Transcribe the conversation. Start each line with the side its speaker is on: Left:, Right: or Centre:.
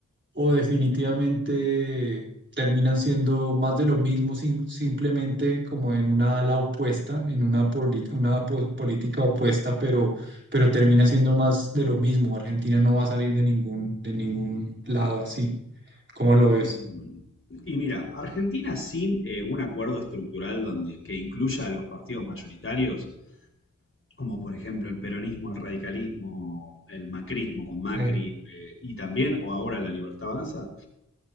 Right: o definitivamente terminan siendo más de lo mismo, sim- simplemente como en una ala opuesta, en una, poli- una po- política opuesta, pero, pero termina siendo más de lo mismo. Argentina no va a salir de ningún, de ningún lado así. ¿Cómo lo ves?
Left: Mm. Y mira, Argentina sin eh, un acuerdo estructural donde, que incluya a los partidos mayoritarios como por ejemplo el peronismo, el radicalismo, el macrismo con Macri
Right: Sí.
Left: eh, y también, o ahora la libertad avanza,